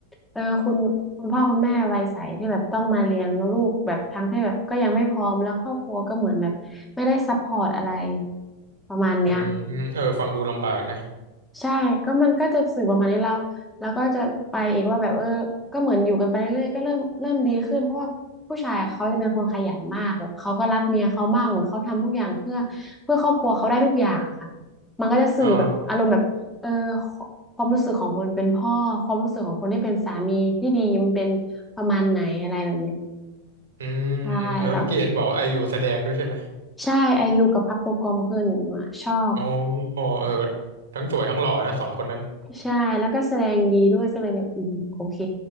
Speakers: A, in the centre; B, on the right (about 65°).
A: เออคุณคุณพ่อคุณแม่วัยใสที่แบบต้องมาเลี้ยงลูกแบบทั้งที่แบบก็ยังไม่พร้อมแล้วครอบครัวก็เหมือนแบบไม่ได้ซัพพอร์ตอะไรประมาณเนี้ย
B: อืมเออฟังดูลำบากนะ
A: ใช่ก็มันก็จะสื่อประมาณนี้เราแล้วก็จะไปอีกว่าแบบเออก็เหมือนอยู่กันไปเรื่อยๆก็เริ่มเริ่มดีขึ้นเพราะว่าผู้ชายเขาจะเป็นคนขยันมากแบบเขาก็รักเมียเขามาก เหมือนเขาทำทุกอย่างเพื่อเพื่อครอบครัวเขาได้ทุกอย่างค่ะมันก็จะสื่อแบบอารมณ์แบบเออ
B: อ๋อ
A: ความรู้สึกของคนเป็นพ่อความรู้สึกของคนที่เป็นสามีที่ดีมันเป็นประมาณไหนอะไรแบบเนี้ย
B: อืมอืมแล้วเมื่อกี้เห็นบอกว่าไอยูแสดงด้วยใช่ไหม
A: ใช่แล้วใช่อายุกับพักโปรกรมคือหนูอะชอบ
B: อ๋อเออทั้งสวยทั้งหล่อนะสองคนนั้น
A: ใช่แล้วก็แสดงดีด้วยก็เลยแบบอืมโอเค